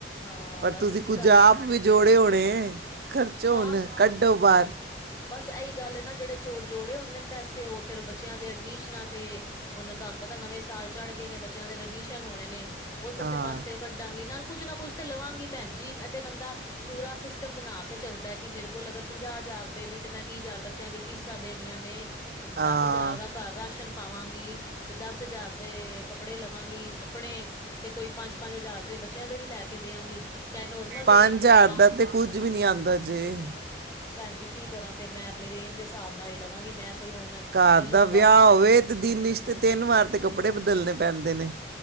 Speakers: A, on the left; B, on the right.
A: ਹਾਂ
B: ਪਰ
A: ਬਸ
B: ਤੁਸੀਂ
A: ਇਸੀ
B: ਕੁਝ
A: ਕਰਕੇ
B: ਆਪ ਵੀ ਜੋੜੇ ਹੋਣੇ ਖਰਚੋ
A: ਹਾਂ
B: ਹੁਣ ਕੱਢੋ ਬਾਰ।
A: ਹਾਂ ਬਸ ਇਹੀ ਗੱਲ ਨਾ ਜਿਹੜੇ ਚੋੜ ਜੋੜੇ ਹੁੰਦੇ ਨੇ ਪੈਸੇ ਉਹ ਫੇਰ ਬੱਚਿਆ ਦੇ ਐਡਮਿਸ਼ਨਾ ਤੇ ਉਹਨ ਤੁਹਾਨੂੰ ਪਤਾ ਨਵੇਂ ਸਾਲ ਚੜ ਗਏ ਨੇ ਬੱਚਿਆਂ ਦੇ ਐਡਮਿਸ਼ਨ ਹੋਣੇ ਨੇ। ਉਸ ਆਸੇ
B: ਹਾਂ
A: ਪਾਸੇ ਕਢਾਂਗੀ ਨਾਲ ਕੁਝ ਨਾ ਕੁਛ ਤੇ ਲਵਾਂਗੀ ਭੈਣ ਜੀ ਏ ਤੇ ਬੰਦਾ ਪੂਰਾ ਸਿਸਟਮ ਬਣਾ ਕੇ ਚਲਦਾ ਕਿ ਮੇਰੇ ਕੋਲ ਅਗਰ ਪੰਜਾਹ ਹਜ਼ਾਰ ਰੁਪਏ ਨੇ ਤੇ ਮੈ ਵੀਹ ਹਜ਼ਾਰ ਬੱਚਿਆਂ ਦੀ ਫੀਸਾਂ ਦੇਣੀਆਂ ਨੇ
B: ਰੁਪਏ
A: ਦਸ
B: ਆ
A: ਹਜ਼ਾਰ ਦਾ ਘਰ ਰਾਸ਼ਨ ਪਾਵਾਗੀ ਤੇ ਦਸ ਹਜ਼ਾਰ ਤੇ ਕੱਪੜੇ ਲਵਾਗੀ ਆਪਣੇ ਤੇ ਕੋਈ ਪੰਜ-ਪੰਜ ਹਜ਼ਾਰ ਦੇ ਬੱਚਿਆਂ ਦੇ ਵੀ ਲੈ ਕੇ ਦਿਆਂਗੀ ਚਾਹੇ ਨੋਰਮਲ
B: ਪੰਜ
A: ਰੇਂਜ ਦੇ
B: ਹਜ਼ਾਰ
A: ਲਵਾਂ
B: ਦਾ ਤਾਂ ਕੁਝ ਵੀ ਨੀ ਆਦਾ ਜੇ।
A: ਭਾਜੀ ਕੀ ਕਰਾਂ ਫੇਰ ਮੈਂ ਆਪਣੀ ਰੇਣ ਦੇ ਹਿਸਾਬ ਨਾਲ ਹੀ ਲਵਾਂਗੀ ਮੈ ਕੋਈ ਹੁਣ
B: ਘਰ
A: ਲੋਕਾਂ
B: ਦਾ ਵਿਆਹ ਹੋਵੇ ਤੇ ਦਿਨ ਇਚ ਤੇ ਤਿਨ ਵਾਰ ਤਾਂ ਕੱਪੜੇ ਬਦਲਣੇ ਪੈਦੇ ਨੇ।